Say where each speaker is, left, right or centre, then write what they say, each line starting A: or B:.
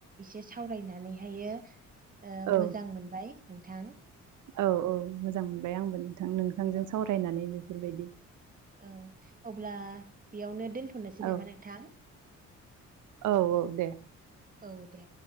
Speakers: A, on the right; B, on the right.
A: एसे सावरायनानैहायो ओ
B: औ
A: मोजां मोनबाय नोंथां
B: औ औ मोजां मोनबाय आंबो नोंथां नोंथांजों
A: औ
B: सावरायनानै बेफोरबायदि
A: औ अब्ला बेयावनो दोनथ' थननोसै
B: औ
A: नामा नोंथां
B: औ औ दे
A: औ दे